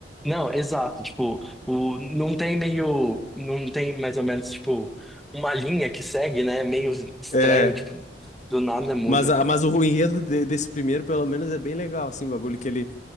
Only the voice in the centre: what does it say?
Não, exato. Tipo, o, não tem meio. Não tem mais ou menos, tipo, uma linha que segue, né? Meio estranho,
tipo, do nada muda.